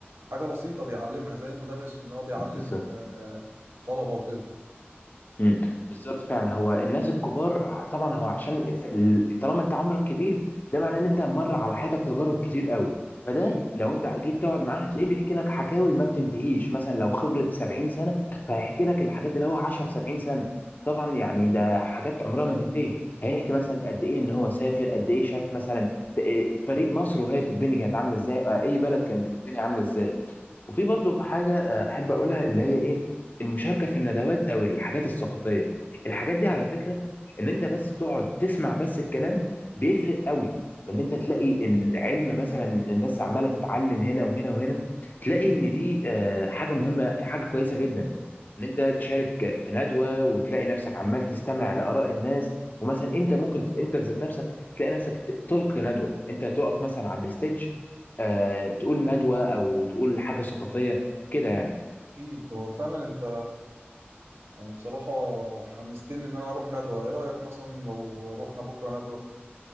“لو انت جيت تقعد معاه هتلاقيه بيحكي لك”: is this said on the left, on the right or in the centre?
Left